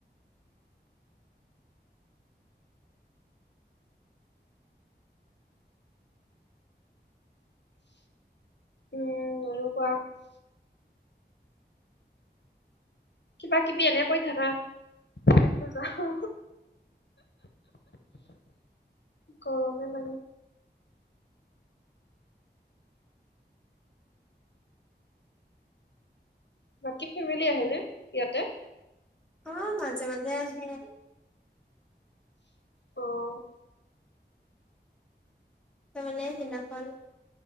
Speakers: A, on the left; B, in the centre.
A: উ, অলকুৱা কিবা-কিবি এনে কৈ থাকা, টাইমটো যাও, গৰমে লাগে। বাকী ফেমিলি আহেনে? ইয়াতে।
B: অ', মাজে-মাজে আহে।
A: অ'।
B: ত মানে সেনাখন